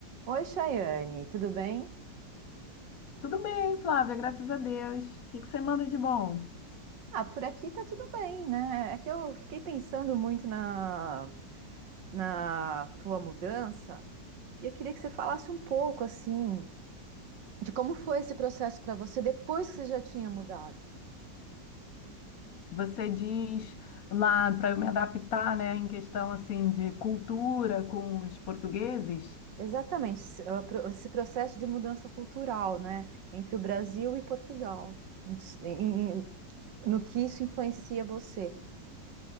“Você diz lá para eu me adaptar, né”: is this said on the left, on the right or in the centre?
Left